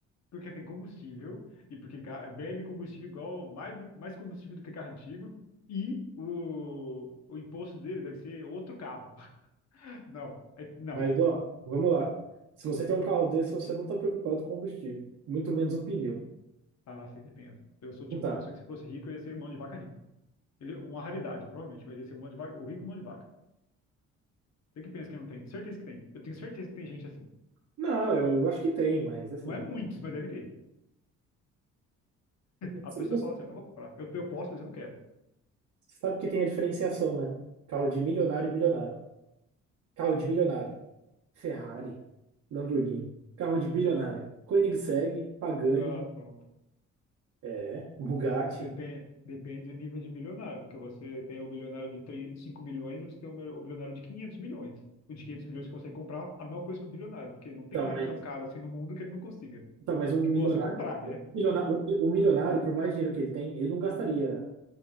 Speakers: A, on the left; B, on the right.
A: porque tem combustível e porque ga- bebe combustível igual mais, do que- mais combustível do que carro antigo e o, o imposto dele deve ser outro carro. <laughs> Não, é- não.
B: Mas ó, vamos lá. Se você tem um carro desse, você não está preocupado com o combustível, muito menos o pneu.
A: Ah, sei que pensa. Eu sou o
B: Não
A: tipo
B: tá.
A: de pessoa que se fosse rico, eu ia ser mão de vaca rico. Eu- Uma raridade, provavelmente, mas ia ser mão de vaca, o rico mão de vaca. Você que pensa que não tem? Certeza que tem. Eu tenho certeza que tem gente assim.
B: Não, eu acho que tem, mas assim,
A: Não é muitos, mas deve ter.
B: você
A: A pessoa fala assim, eu não vou comprar. Eu, eu posso, mas eu não quero.
B: sabe que tem a diferenciação, né? Carro de milionário e bilionário. Carro de milionário. Ferrari, Lamborghini, carro de bilionário, Koenigsegg, Pagani,
A: Ah, pronto.
B: é, Bugatti.
A: Depende, depende do nível de milionário, porque você tem o milionário de 3, 5 milhões e você tem o mil- o milionário de 500 milhões. O de 500 milhões consegue comprar a mesma coisa que o bilionário, porque não tem
B: Então,
A: nada
B: mas,
A: tão caro assim no mundo que ele não consiga.
B: então, mas um
A: Que
B: milionário,
A: possa comprar,
B: um
A: né?
B: milionário, um, um milionário, por mais dinheiro que ele tem, ele não gastaria